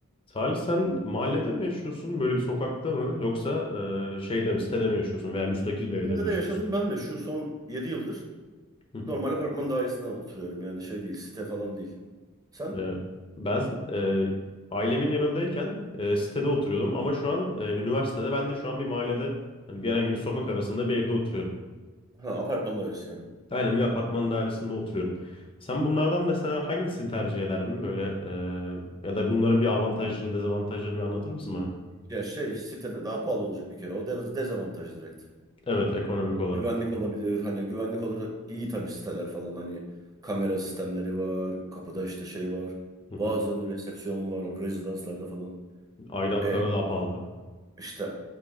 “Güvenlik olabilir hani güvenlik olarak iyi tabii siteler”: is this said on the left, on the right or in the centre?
Right